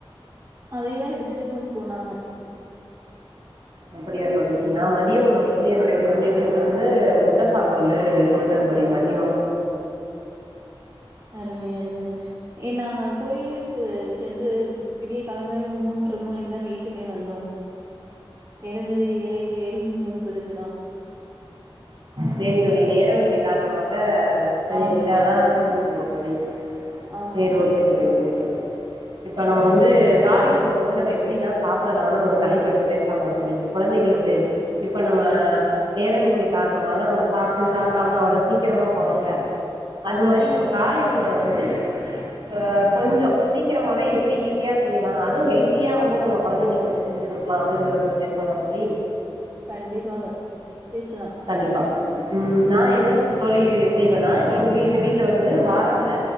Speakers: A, on the right (about 35°); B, on the right (about 60°).
A: அதேதா எடுத்துட்டு போனாங்க
B: அப்டியா தோழி நா மதியம் உணவு வந்து என்னுடைய குழந்தைகளுக்கு வந்து முட்ட சாதம் வந்து குடுத்தே தோழி மதியம்
A: <unintelligible> அரும ஏ நாங்க கோயிலுக்கு சென்று விடிய காலம்பற மூன்று மணிக்குதா வீட்டுகே வந்தோ எழுந்தது ஏழகே ஏழு முப்பதுக்கு தா
B: செரி தோழி நேரமின்மை காரணமாக அ
A: ஆமா,
B: இதாதான் செஞ்சி கொடுத்தா ங்க தோழி
A: ஆமா,
B: சேரி ஓகே தம்பி ஓக் <unintelligible> இப்ப நம்ம வந்து காலை உணவு வந்து எப்டிலாம் சாப்பிடலாம்னு ஒரு தலைப்பு எடுத்து பேசலாமா தோழி குழந்தைகளுக்கு இப்ப நம்ம நேரமின்மை காரண உங்க மக நம்ம சாப்ட்டு சாப்டாம அவ்ளோ சீக்கிரமா போறோம்ல அது
A: ஆமா.
B: மாரி நம்ம காலை உணவ வந்து ஆஹ் கொஞ்சம் சீக்கிரமாவே எப்டி ஈஸியா செய்யலா அது ஹெல்த்தியா வந்து நம்ம குழந்தைங்ளுக்கு எப்டி செஞ்சு குடுக்லா அப்டிங்கறத பத்தி பேசலாமா தோழி
A: கண்டிபாக பேசலா
B: கண்டிபா உம் நா என்ன தோழி செய்வேனா எங் எங்க வீட்ல வந்து வாரத்துல